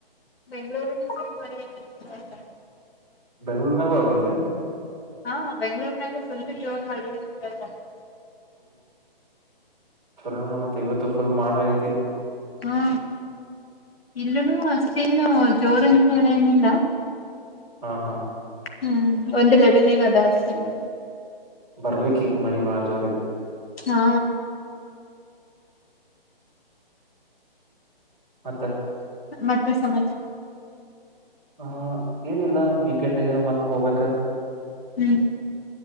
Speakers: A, on the left; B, in the centre.
A: ಬೆಂಗಳೂರು. <unintelligible>
B: ಬೆಂಗಳೂರ್ನಾಗೂ ಆಗೈತೆ.
A: ಹಾ ಬೆಂಗ್ಳೂರ್ನಾಗು ಫುಲ್ ಜೋರ್ ಮಳಿ ನೆಂತ ಹೇಳ್ತಾನೆ.
B: ಛಲೊನಾ ಮತ್ತ ಇವತ್ತು ಫುಲ್ ಮಾಡ ಆಗೈತಿ.
A: ಹಾ ಇಲ್ಲುನು ಅಷ್ಟೇಲ್ಲೆವ ಜೋರಂತ ಹೇಳೇನಿಲ್ಲಾ.
B: ಹಾ ಹಾ.
A: ಹ್ಮ್ ಒಂದು ಲೆವೆಲ್ ಗ ಅದ ಅಸ್ತೆ ಮಳಿ.
B: ಬರ್ಬೇಕ ಈಗ ಮಳಿ ಬಾಳ ಜೋರಗಿ.
A: ಹಾ.
B: ಮತ್ತ.
A: ಮತ್ತೆ ಸಮ.
B: ಹಾ ಏನ ಇಲ್ಲ ವೀಕೆಂಡ್ಗ ಮತ್ತ್ ಹೋಗ್ಬೇಕ.
A: ಹ್ಮ್.